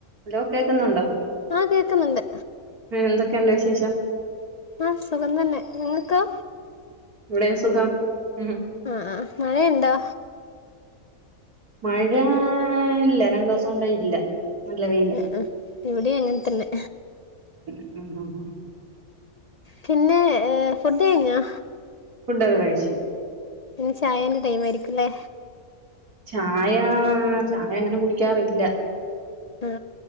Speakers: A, on the right; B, on the left.
A: Hello കേക്കുന്നുണ്ടോ?
B: ആ കേക്കുന്നുണ്ട്
A: എന്തൊ ക്കെയുണ്ട് വിശേഷം?
B: ആഹ് സുഖം തന്നെ. നിങ്ങക്കോ?
A: ഇവിടെയും സുഖം. ഉം
B: ആഹ് ആഹ് മഴയുണ്ടോ?
A: മഴാ.... ഇല്ല രണ്ട് ദിവസം കൊണ്ടേ ഇല്ല. നല്ല വെയില
B: ആഹ് ആഹ് ഇവിടെയും അങ്ങൻതന്നെ.
A: മ് മ് മ്
B: പിന്നെ ഫുഡ് കഴിഞ്ഞോ?
A: ഡൊക്കെ കഴിച്ചു.
B: ഇനി ചായന്റെ ടൈം ആയിരി ക്കുലേ?
A: ചായാ.... ചായ അങ്ങനെ കുടിക്കാറില്ല.
B: ആ